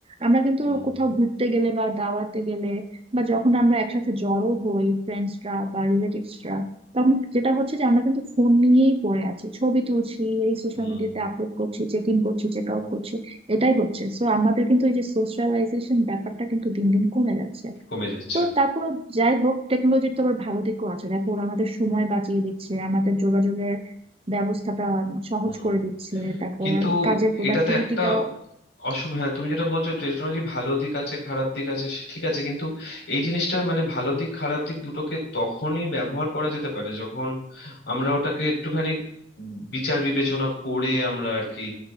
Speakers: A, on the right; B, on the left.
A: আমরা কিন্তু
B: হুম
A: কোথাও ঘুরতে গেলে বা দাওয়াতে গেলে বা যখন আমরা একসাথে জড়ো হই ফ্রেন্ডসরা বা রিলেটিভসরা তখন যেটা হচ্ছে যে আমরা কিন্তু ফোন নিয়েই পড়ে আছি ছবি তুলছি এই সোশ্যাল
B: হুম
A: মিডিয়াতে আপলোড করছি চেক ইন করছি চেক আউট করছি এটাই হচ্ছে সো আমাদের কিন্তু এই যে সোশ্যালাইজেশন ব্যাপারটা কিন্তু দিন দিন কমে যাচ্ছে
B: কমে যাচ্ছে
A: তো তারপরে যাই হোক টেকনোলজির তো আবার ভালো দিকও আছে দেখো ওরা আমাদের সময় বাঁচিয়ে দিচ্ছে আমাদের যোগাযোগের ব্যবস্থাটা সহজ
B: হুম
A: করে দিচ্ছে তারপর
B: কিন্তু
A: কাজের প্রোডাক্টিভিটিটা
B: এটাতে একটা অসুবিধা হ্যাঁ তুমি যেটা বলছো টেকনোলজি ভালো দিক আছে খারাপ দিক আছে সে ঠিক আছে কিন্তু এই জিনিসটা মানে ভালো দিক খারাপ দিক দুটোকে তখনই ব্যবহার করা যেতে পারে যখন আমরা ওটাকে একটুখানি বিচার বিবেচনা করে আমরা আর কি